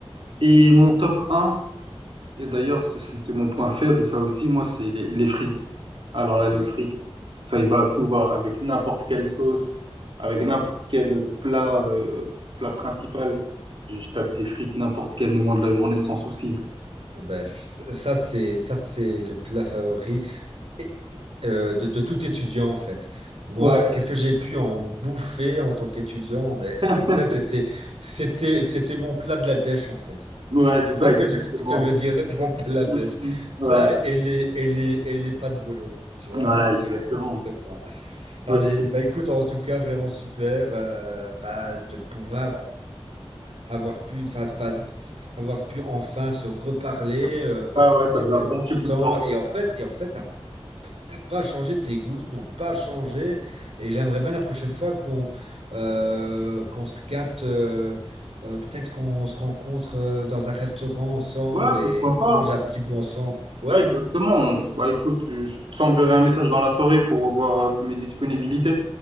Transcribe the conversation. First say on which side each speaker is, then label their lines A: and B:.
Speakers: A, on the right; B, on the right.
A: Et mon top un et d'ailleurs c'est c'est- c'est mon point faible, ça aussi, moi, c'est les, les frites. Alors là, les
B: Ouais.
A: frites, ça y va, tout va, avec n'importe quelle sauce, avec
B: Ouais.
A: n'importe quel plat, euh, plat principal. Je tape des frites n'importe quel moment de la journée sans souci.
B: Ah ben, f- ça, c'est ça, c'est le plat favori et- et, euh, de, de tout étudiant, en fait. Moi,
A: Ouais,
B: qu'est-ce que j'ai pu en bouffer en tant qu'étudiant? Mais,
A: <laughs>
B: mais en fait, c'était, c'était, c'était mon plat de la dèche, en fait.
A: Ouais, c'est
B: Tu
A: ça,
B: vois ce
A: exactement.
B: que je, que je veux dire? C'était mon plat de la dèche.
A: Mm, mm,
B: Ça
A: Ouais,
B: et les, et les, et les pas de boulot, tu vois?
A: ouais,
B: Les-
A: exactement.
B: voilà, C'était ça. Allez,
A: Ok.
B: bah écoute, en tout cas, vraiment super euh, bah, de pouvoir avoir pu, enfin, enfin, avoir pu enfin se reparler. euh,
A: Ouais, ouais,
B: ça
A: ça
B: fait
A: faisait
B: tellement
A: un bon petit
B: longtemps.
A: bout de temps.
B: Et en fait, et en fait, t'as, t'as pas changé, tes goûts n'ont pas changé. Et j'aimerais bien la prochaine fois qu'on euh, qu'on se capte, euh, euh, peut-être qu'on se rencontre euh, dans un restaurant ensemble
A: Ouais,
B: et
A: pourquoi pas?
B: qu'on mange un petit bout ensemble. Ouais?
A: Ouais, exactement. Bah écoute, je t'enverrai un message dans la soirée pour voir euh, mes disponibilités.